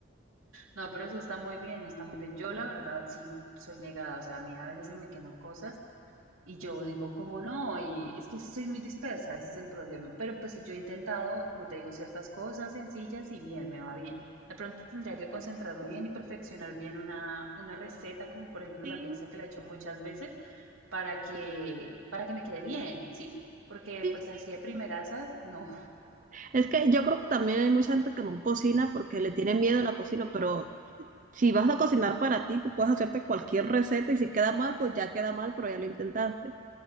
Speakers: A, on the right; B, on the right.
A: No, pero eso está muy bien, está muy bien. Yo, la verdad, sí soy negada. O sea, a mí a veces se me queman cosas y yo digo, como no? Y es que soy muy dispersa, ese es el problema. Pero pues yo he intentado, como te digo, ciertas cosas sencillas y bien, me va bien. De pronto tendría que concentrarme bien y perfeccionar bien una, una receta, como por ejemplo
B: Sí,
A: la pizza que la he hecho muchas veces, para que, para que me quede bien, ¿sí? Porque
B: sí,
A: pues así
B: sí.
A: de primerasas, no,
B: Es que yo creo que también hay mucha gente que no cocina porque le tiene miedo a la cocina, pero si vas a cocinar para ti, tú puedes hacerte cualquier receta y si queda mal, pues ya queda mal, pero ya lo intentaste.